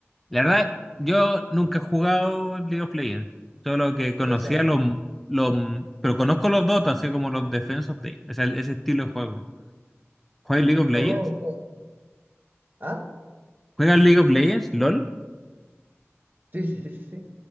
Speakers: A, in the centre; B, on the right (about 40°).
A: la verdad, yo nunca he jugado League of Legends, solo que conocía
B: Gracias a Dios.
A: los... los... Pero conozco los Dota, así como los Defense of the... o sea, ese estilo de juego. ¿Juegas League of Legends?
B: Oh, ok. ¿Ah?
A: ¿Juegas League of Legends? ¿LOL?
B: Sí, sí, sí, sí, sí.